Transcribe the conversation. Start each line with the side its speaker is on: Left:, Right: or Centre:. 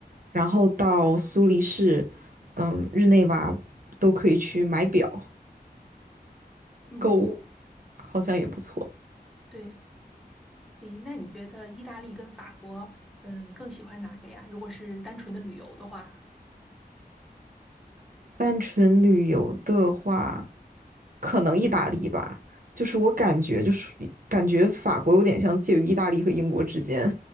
Right: 然后到苏黎世，嗯，日内瓦都可以去买表、
Centre: 嗯，
Right: 购物，好像也不错。
Centre: 对。诶，那你觉得意大利跟法国，嗯，你更喜欢哪个呀？如果是单纯的旅游的话，
Right: 单纯旅游的话，可能意大利吧，就是我感觉就是感觉法国有点像介于意大利和英国之间。